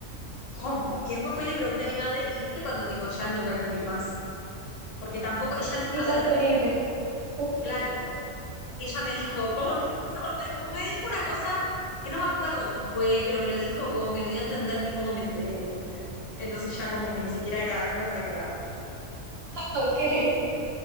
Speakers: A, on the left (about 80°); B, on the right (about 60°).
A: ¿cómo? Y después fue y le pregunté a mi madre, y viste cuando tipo, ya no te pueden mentir más. Porque tampoco, ella nunca,
B: Insostenible,
A: a ver,
B: <laughs>
A: claro, ella me dijo, ¿cómo te- <laughs> o sea, como me dijo una cosa que no me acuerdo cómo fue, pero me lo dijo como que me dio a entender que cómo me enteré, entonces. Entonces ya como que ni siquiera era, no lo podía negar.
B: ok.